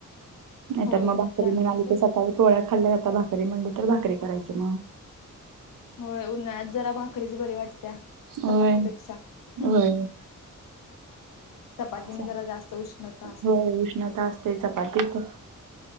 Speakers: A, on the right; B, on the left.
A: नाहीतर
B: होय
A: मग भाकरी
B: चालते
A: मिळाली
B: सोड
A: तर सकाळी पोळ्या खाल्ल्या आता भाकरी म्हणली तर भाकरी करायची मगं
B: होंय उन्हाळ्यात जरा भाकरीच बरी वाटण्या.
A: होय
B: चपातीपेक्षा हं
A: होय
B: चपातीने
A: चा-
B: जरा जास्त उष्णता असं
A: होय उष्णता असं ते चपाती खूप